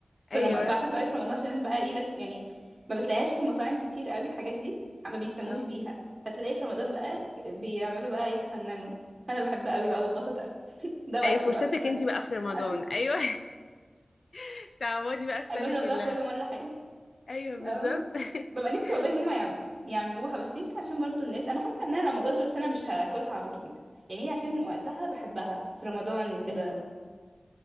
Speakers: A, on the left (about 80°); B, on the right (about 45°).
A: ايوه
B: رم... بحب
A: انت
B: قوي في رمضان عشان بقى ايه ناس- يعني ما بتلاقيهاش في المطاعم كتير قوي الحاجات دي ما بيهتموش
A: اه
B: بيها فتلاقي في رمضان بقى ك- بيعملوا بقى يتفننوا انا بحب قوي بقى بتبسط قوي <laughs> ده وقتي
A: ايوه فرصتك
B: بقى في السنة
A: انت بقى في رمضان
B: اكل
A: ايوه <laughs> تعودي بقى السنه
B: اجرب
A: كلها
B: بقى كل مرة حاجة
A: ايوه بالظبط
B: اه ببقى
A: <laughs>
B: نفسي والله ان هم يعم... يعملوها بس يمكن عشان برضو الناس انا حاسة انها لو موجودة طول السنة مش هاكلها على طول يعني هي عشان وقتها بحبها في رمضان وكده
A: أمم.